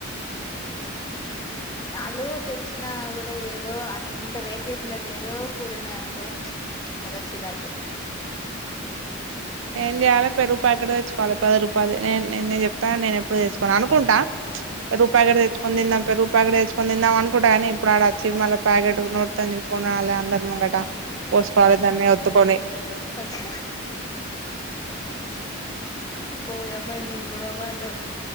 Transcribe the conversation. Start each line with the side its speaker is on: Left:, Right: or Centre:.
Left: వాళ్లు తెచ్చిన కూడా ఏదో అంటే ఇంత వెయిట్ చేసిన తర్వాత ఏదో కూరున్నదనుకో అదో సీరాకు
Right: ఏం చేయాలి పెరుగు ప్యాకెట్ తెచ్చుకోవాలి పది రూపాయలది నేను చెప్తాగానీ నేను ఎప్పుడు తెచ్చుకోను అనుకుంటా పెరుగు ప్యాకెట్ తెచ్ కిని తీందం పెరుగు ప్యాట్ తెచ్చుకోని తీందాం అనుకుంటా కాని ఆడ అచ్చి మళ్ళ ప్యాకెట్ నోటితోని చింపుకొని అల్ల అందరు ముంగట కొని దాన్ని ఒత్తుకోని
Left: అదే ఓ యమ్మ నీ మొహమాటం